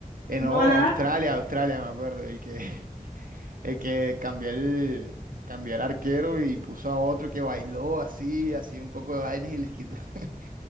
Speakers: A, on the right; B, on the left.
A: Eh,
B: no
A: no,
B: van
A: Australia,
B: a dar,
A: Australia, me acuerdo. El que, <laughs> el que cambió el, cambió el arquero y puso a otro que bailó así, así un poco de vainas y les quitó. <laughs>